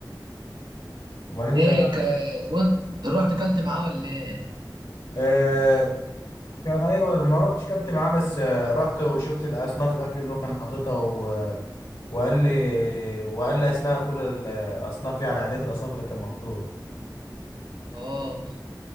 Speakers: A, on the left; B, on the right.
A: امال انت
B: ليه ك... وانت رحت اكلت معاه ولا ايه
A: آه، كان ايوه ما رحتش كنت معاه بس آه، رحت وشفت الاصناف الاكل اللي هو كان حاططها و... وقال لي وقال لي اسماء كل الاصناف يعني عادات الاصناف اللي كان محطوط
B: اه